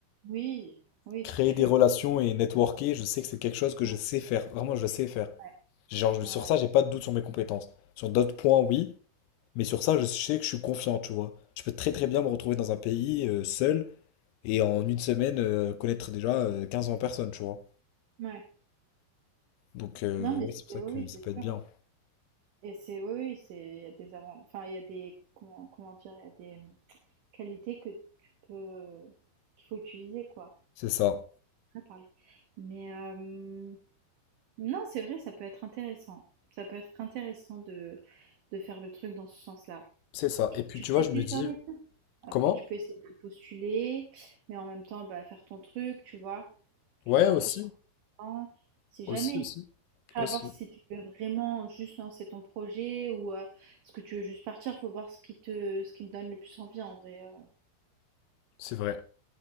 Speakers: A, on the right; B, on the left.
A: Oui, oui,
B: Créer
A: c'est sûr.
B: des relations et networker, je sais que c'est quelque chose que je
A: Mm,
B: sais faire. Vraiment, je sais faire.
A: Ouais,
B: Genre, je-
A: ouais,
B: sur
A: ouais.
B: ça, j'ai pas de doute sur mes compétences. Sur d'autres points, oui, mais sur ça, je sais que je suis confiant, tu vois. Je peux très très bien me retrouver dans un pays euh, seul Et en une semaine, euh, connaître déjà euh, quinze vingt personnes, tu vois.
A: Ouais.
B: Donc, euh,
A: Non, mais
B: ouais,
A: c'est,
B: c'est pour ça
A: oui,
B: que
A: oui,
B: ça
A: c'est
B: peut être
A: sûr.
B: bien.
A: Et c'est, oui, oui, c'est, il y a des avant, enfin, il y a des, comment, comment dire, il y a des qualités que tu peux, qu'il faut utiliser, quoi.
B: C'est ça.
A: On va parler. Mais euh, non, c'est vrai, ça peut être intéressant. Ça peut être intéressant de, de faire le truc dans ce sens-là.
B: C'est ça. Et puis,
A: Tu
B: tu
A: peux
B: vois,
A: essayer
B: je me
A: de
B: dis,
A: faire les 2. Après,
B: comment?
A: tu peux essayer de postuler, mais en même temps, bah, faire ton truc, tu vois.
B: Ouais,
A: Tu te fais
B: aussi.
A: un petit temps. Si jamais.
B: Aussi, aussi.
A: Après,
B: Aussi.
A: à voir si tu veux vraiment juste lancer ton projet ou euh, est-ce que tu veux juste partir. Faut voir ce qui te, ce qui te donne le plus envie en vrai. euh.
B: C'est vrai.